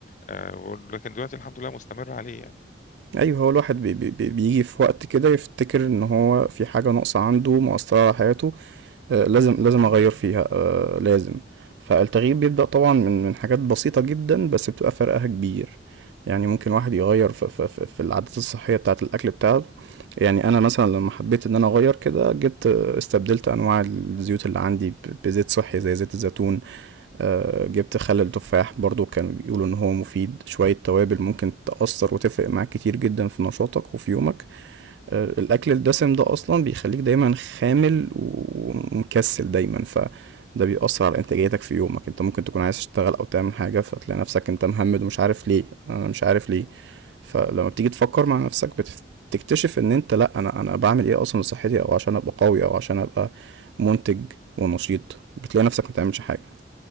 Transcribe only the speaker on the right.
ايوه هو الواحد بي بي بي- بيجي في وقت كده يفتكر ان هو في حاجه ناقصه عنده مؤثره على حياته آه، لازم لازم اغير فيها آه، لازم فالتغيير بيبدأ طبعا من من حاجات بسيطة جدا بس بتبقى فرقها كبير يعني ممكن واحد يغير في, في, في, في العادات الصحية بتاعة الأكل بتاعته يعني أنا مثلا لما حبيت إن أنا أغير كده جبت آه، استبدلت أنواع الزيوت اللي عندي ب- بزيت صحي زي زيت الزيتون آه، جبت خل التفاح برضو كانوا بيقولوا إن هو مفيد شوية توابل ممكن تأثر وتفرق معاك كتير جدا في نشاطك وفي يومك آه، الاكل الدسم ده اصلا بيخليك دايما خامل ومكسل دايما فده بيأثر على انتاجيتك في يومك انت ممكن تكون عايز تشتغل او تعمل حاجة فتلاقي نفسك انت مهمد ومش عارف ليه انا مش عارف ليه فلما بتيجي تفكر مع نفسك بتكتشف ان انت لا انا انا بعمل ايه اصلا لصحتي او عشان ابقى قوي او عشان ابقى منتج ونشيط بتلاقي نفسك ما بتعملش حاجة